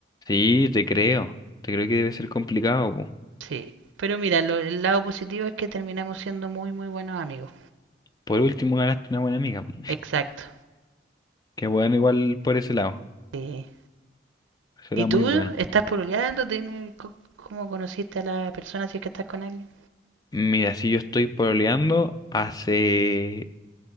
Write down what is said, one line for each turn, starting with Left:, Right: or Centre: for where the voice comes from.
Left: Sí, te creo. Te creo que debe ser complicado, po.
Right: Sí, pero mira, lo- el lado positivo es que terminamos siendo muy, muy buenos amigos.
Left: Por último, ganaste una buena amiga, po.
Right: Exacto.
Left: Qué bueno igual por ese lado.
Right: Sí.
Left: Eso
Right: ¿Y
Left: era muy
Right: tú
Left: bueno.
Right: estás pololeando? ¿Tienes- co- ¿Cómo conociste a la persona si es que estás con alguien?
Left: Mira, si yo estoy pololeando hace...